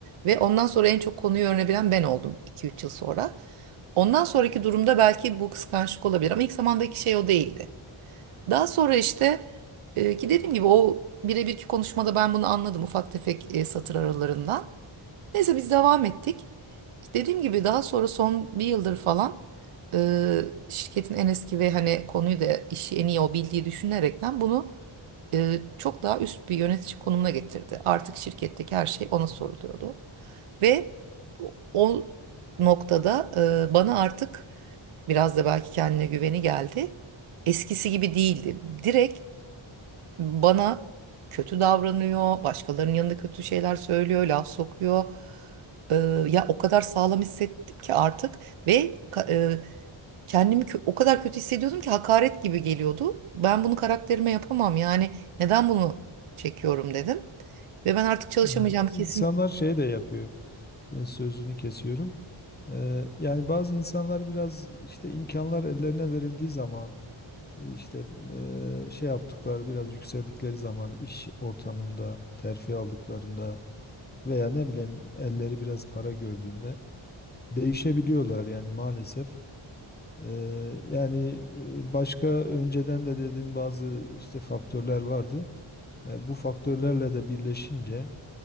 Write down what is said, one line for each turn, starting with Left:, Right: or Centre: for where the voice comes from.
Right: ve ondan sonra en çok konuyu öğrenebilen ben oldum iki üç yıl sonra. Ondan sonraki durumda belki bu kıskançlık olabilir ama ilk zamandaki şey o değildi. Daha sonra işte e, ki dediğim gibi o birebirki konuşmada ben bunu anladım ufak tefek e, satır aralarından. Neyse biz devam ettik. Dediğim gibi daha sonra son bir yıldır falan e, şirketin en eski ve hani konuyu da işi en iyi o bildiği düşünerekten bunu e, çok daha üst bir yönetici konumuna getirdi. Artık şirketteki her şey ona soruluyordu. Ve o o noktada e, bana artık Biraz da belki kendine güveni geldi. Eskisi gibi değildi. Direkt bana kötü davranıyor, başkalarının yanında kötü şeyler söylüyor, laf sokuyor. Ee, ya o kadar sağlam hissettim ki artık ve ka- e, kendimi kö- o kadar kötü hissediyordum ki hakaret gibi geliyordu. Ben bunu karakterime yapamam yani neden bunu çekiyorum dedim. Ve ben artık çalışamayacağım
Left: Bazı
Right: kesin.
Left: insanlar şey de yapıyor. E, Sözünü kesiyorum. E, Yani bazı insanlar biraz işte imkanlar ellerine verildiği zaman işte e, şey yaptıkları biraz yükseldikleri zaman iş ortamında terfi aldıklarında veya ne bileyim elleri biraz para gördüğünde değişebiliyorlar yani maalesef. Eee, yani e, başka önceden de dediğin bazı işte faktörler vardı. E, bu faktörlerle de birleşince